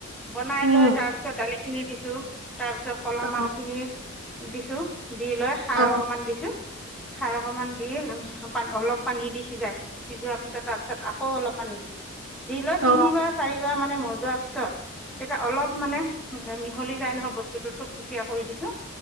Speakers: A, in the centre; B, on the right.
A: বনাই
B: উম
A: লৈ তাৰপিছত দালি খিনি দিছো তাৰ পিছত কল
B: অ
A: মাহ খিনি দিছো দি লৈ খাৰ
B: অ অ
A: অকমান দিছো। খাৰ অকমান দি অলপ পানী দি সিজাইছো সিজোৱা পিছত তা পিছত আকৌ অলপ পানী দিছো। দি লৈ
B: অ
A: তিনিবাৰ চাৰিবাৰ মানে মজোৱাৰ পিছত তেতিয়া অলপ মানে মিহলি যাই নহয় বস্তুতো থুপথুপিয় কৰি দিছো